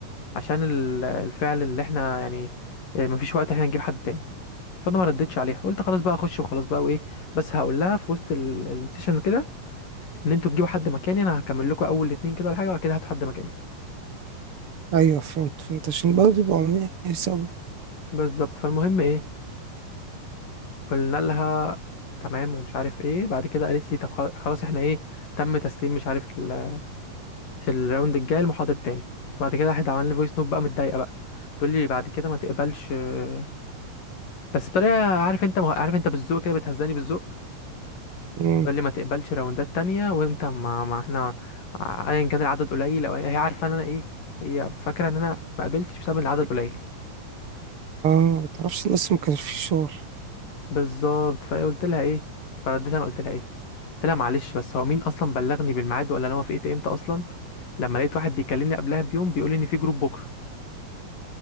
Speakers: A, on the left; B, on the right.
A: عشان ال- الفعل اللي احنا يعني آه، مفيش وقت احنا نجيب حد تاني فانا ما ردتش عليها قلت خلاص بقى اخش وخلاص بقى وايه بس هقول لها في وسط ال- السيشن كده ان انتوا تجيبوا حد مكاني انا هكمل لكم اول اتنين كده ولا حاجه وبعد كده هاتوا حد مكاني
B: ايوه فهمت فهمت عشان برضه يبقوا عاملين حساب
A: بالظبط فالمهم ايه قلنا لها تمام ومش عارف ايه بعد كده قالت لي طب خل- خلاص احنا ايه تم تسليم مش عارف ال- الراوند الجاي المحاضر تاني بعد كده راحت عمل لي فويس نوت بقى متضايقه بقى تقول لي بعد كده ما تقبلش آه، بس بطريقه عارف انت عارف انت بالذوق كده بتهزاني بالذوق
B: مم،
A: تقول لي ما تقبلش راوندات تانية وانت ما, ما احنا ايا كان العدد قليل او أي- هي عارفه ان انا ايه هي فاكره ان انا ما قبلتش بسبب إن العدد قليل
B: اه متعرفش الناس ما كانش في شغل
A: بالظبط فقلت لها ايه فرديت انا قلت لها ايه قلت لها معلش بس هو مين اصلا بلغني بالميعاد ولا انا وافقت امتى اصلا لما لقيت واحد بيكلمني قبلها بيوم بيقول لي ان في جروب بكره